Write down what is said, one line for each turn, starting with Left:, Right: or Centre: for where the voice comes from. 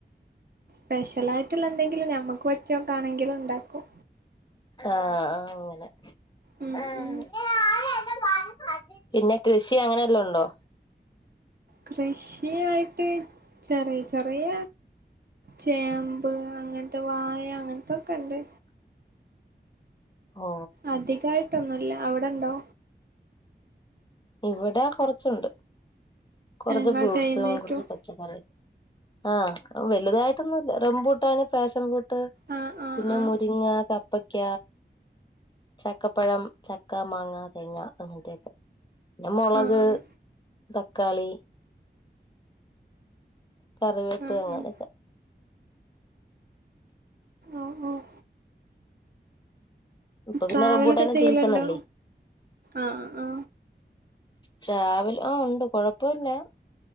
Right: സ്പെഷ്യലായിട്ടുള്ള എന്തെങ്കിലും ഞമ്മക്ക് പറ്റിയോക്കെ ആണെങ്കിലും ണ്ടാക്കും
Left: ആഹ്
Right: ഉം
Left: ആ
Right: ഉം
Left: അങ്ങനെ. പിന്നെ കൃഷി അങ്ങനെല്ലോ ഉണ്ടോ?
Right: കൃഷിയായിട്ട് ചെറിയ ചെറിയ. ചേമ്പ് അങ്ങനത്തെ വായ അങ്ങനത്തൊക്കെ ഉണ്ട്.
Left: ഓ
Right: അധികായിട്ടൊന്നുല്ല, അവിടെ ഉണ്ടോ?
Left: ഇവിടെ കൊറച്ചുണ്ട് കുറച്ച്
Right: നിങ്ങൾ
Left: ഫ്രൂട്ട്സ്,
Right: ചെയ്യുന്നേക്കും
Left: കുറച്ച് പച്ചക്കറിം. ആഹ് വലുതായിട്ടൊന്നും ഇല്ല റംമ്പുട്ടാന്, ഫാഷൻ ഫ്രൂട്ട്.
Right: ആഹ് ആഹ്
Left: പിന്നെ
Right: ആഹ്
Left: മുരിങ്ങ കപ്പ കപ്പക്ക ചക്കപ്പഴം ചക്ക മാങ്ങ തേങ്ങ അങ്ങനത്തെയൊക്കെ പിന്നെ മുളക്,
Right: ആഹ്
Left: തക്കാളി. കറിവേപ്പ്
Right: ആഹ്
Left: അങ്ങനെയൊക്കെ.
Right: ആഹ് ആഹ് ആഹ്.
Left: ഇപ്പൊ
Right: ട്രാവലൊക്കെ
Left: പിന്നെ റംബൂട്ടാന്റെ
Right: ചെയ്യല്
Left: സീസൺ
Right: ഉണ്ടോ
Left: അല്ലേ
Right: ആഹ് ആ.
Left: ട്രാവല് ആഹ് ഉണ്ട് കൊഴപ്പല്ല